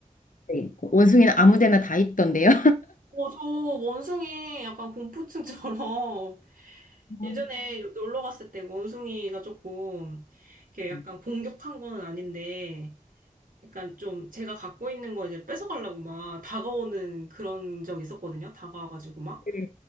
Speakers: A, on the left (about 75°); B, on the right (about 85°).
A: 네. 그 원숭이는 아무 데나 다 있던데요.
B: 어, 저 원숭이 약간 공포증처럼 <laughs>
A: <laughs> 아,
B: 예전에 놀러 갔을 때 원숭이가 조금 이렇게 약간
A: 음.
B: 공격한 거는 아닌데 약간 좀 제가 갖고 있는 거 이제 뺏어가려고 막 다가오는 그런 적 있었거든요. 다가와가지고 막.
A: 네.